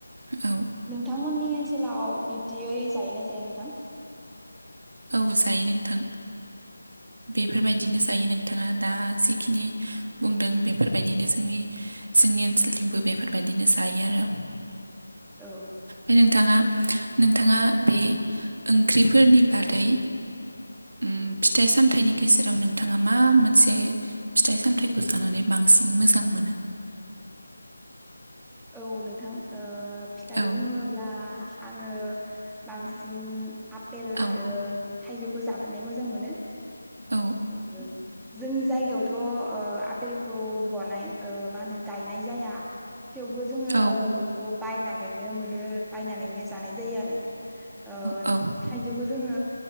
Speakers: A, on the right; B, in the centre.
A: औ
B: नोंथांमोननि ओनोसो लाव बिब्दियै जायो ना जाया नोंथां
A: औ जायो नोंथां बेफोरबायदिनो जायो नोंथाङा दा जिखिनि बुंदों बेफोरबायदिनो जोंनि जोंनि ओनसोलथिंबो बेफोरबायदिनो जायो आरो
B: औ
A: ओमफ्राय नोंथाङा नोंथाङा बे ओंख्रिफोरनि बादै उम फिथाइ सामथाइनि गेजेराव नोंथाङा मा मोनसे फिथाइ सामथाइखौ जानानै बांसिन मोजां मोनो
B: औ नोंथां फिथाइ
A: औ
B: बुङोब्ला आङो बांसिन आपेल
A: औ
B: आरो थाइजौ खौ जानानै मोजां मोनो
A: औ
B: <unintelligible> जोंनि जायगायावथ' ओ आपेलखौ बनाय मा होनो गायनाय जाया थेवबो जोङो
A: औ
B: बेखौ बायनानैनो मोनो बायनानैनो जानाय जायो आरो ओ
A: औ
B: थाइजौबो जोङो